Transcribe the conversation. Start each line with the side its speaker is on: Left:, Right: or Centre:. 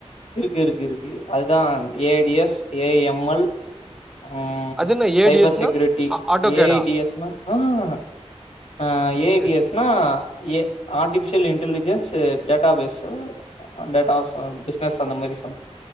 Left: இருக்கு இருக்கு இருக்கு அதுதா A D S A M L ம்
Centre: அது என்ன ஏ
Left: சைபர்
Centre: டி எஸ்
Left: செக்யூரிட்டி
Centre: னா ஆ ஆட்டோ
Left: ஏ
Centre: கேடா
Left: ஐ டி எஸ் னா அ அ அ அ எ
Centre: ஓகே
Left: டி
Centre: ஓகே
Left: எஸ் னா ஏ ஆர்ட்டிபிஷியல் இன்டலிஜென்ஸ் டேட்டாபேஸ்சோ அண்ட் டேட்டாஸ் ஆ பிசனஸ் அந்த மாறி சம்